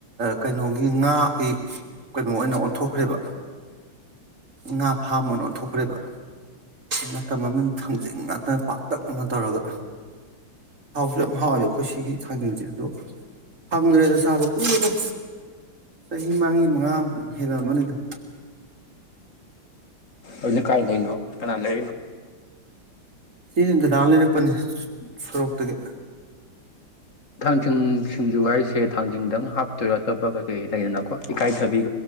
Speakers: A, on the right (about 40°); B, on the left (about 40°).
A: ꯀꯩꯅꯣꯒꯤ ꯑꯩꯈꯣꯏꯒꯤ ꯉꯥꯈꯩ ꯀꯩꯅꯣ ꯑꯣꯏꯅ ꯑꯣꯟꯊꯣꯛꯈ꯭ꯔꯦꯕ ꯉꯥ ꯐꯥꯝ ꯑꯣꯏꯅ ꯑꯣꯟꯊꯣꯛꯈ꯭ꯔꯦꯕ ꯃꯇꯝ ꯑꯃꯗ ꯊꯥꯡꯖꯤꯡ ꯉꯥꯛꯇꯅ ꯄꯥꯛꯇꯛꯅꯅ ꯇꯧꯔꯒ ꯍꯥꯎꯁꯨ ꯌꯥꯝ ꯍꯥꯎꯋꯦꯕ ꯑꯩꯈꯣꯏ ꯁꯤꯒꯤ ꯊꯥꯡꯖꯤꯡꯁꯦ ꯑꯗꯣ ꯐꯪꯗ꯭ꯔꯦꯗ ꯆꯥꯕ ꯀꯔꯗ ꯆꯍꯤ ꯃꯥꯡꯒꯤ ꯃꯉꯥ ꯍꯦꯜꯂꯛꯑꯕꯅꯤ ꯑꯗꯨ
B: ꯑꯗꯨꯅ ꯀꯥꯏ ꯂꯩꯩꯅꯣ ꯀꯅꯥ ꯂꯩꯩꯅꯣ
A: ꯁꯤꯅꯤ ꯗꯗꯥ ꯂꯩꯔꯛꯄꯅꯦ ꯁꯣꯔꯣꯛ ꯇꯒꯤꯦ
B: ꯊꯥꯡꯖꯤꯡ ꯁꯤꯡꯖꯨ ꯍꯥꯏꯔꯤꯁꯦ ꯊꯥꯡꯖꯤꯡꯗꯪ ꯍꯥꯞꯇꯣꯏꯔꯥ ꯑꯇꯣꯞꯄ ꯀꯩ ꯀꯩ ꯂꯩꯗꯅꯀꯣ ꯏꯀꯥꯏꯊꯕꯤ